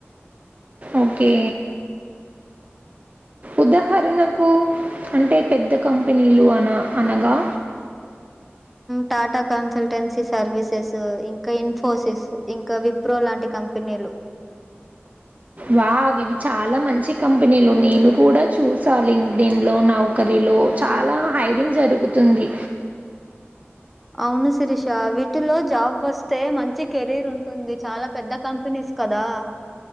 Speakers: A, on the right (about 35°); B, in the centre.
A: ఓకే ఉదాహరణకు అంటే పెద్ద కంపినీలు అన అనగా
B: టాటా కన్సల్టెన్సీ సర్వీసెస్ ఇంకా ఇన్ఫోసిస్ ఇంకా విప్రో లాం టి కంపినిలు
A: వావ్ ఇవి చాలా మంచి కంపెనీలు నేను కూడా చూసా లింక్డిన్లో నౌకరీ లో చాలా హైరింగ్ జరుగుతుంది
B: అవును శిరీష వీటిలో జాబ్ వస్తే మంచి కెరీరుంటుంది చాలా పెద్ద కంపెనీస్ కదా